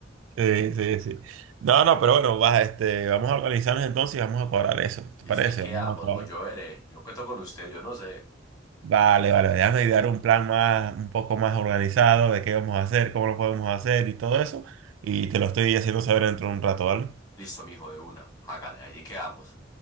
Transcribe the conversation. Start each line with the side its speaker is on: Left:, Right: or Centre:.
Right: Sí, sí, sí. No, no, pero bueno, va, este, vamos a organizarnos entonces y vamos a cobrar eso.
Left: <laughs>
Right: ¿Te
Left: Listo,
Right: parece?
Left: ahí quedamos,
Right: Vamos a cobrar.
Left: voy yo veré. Yo cuento con usted, yo no sé.
Right: Vale, vale, déjame idear un plan más, un poco más organizado de qué vamos a hacer, cómo lo podemos hacer y todo eso. Y te lo estoy haciendo saber dentro de un rato, ¿vale?
Left: Listo, mijo, de una. Hágale, allí quedamos.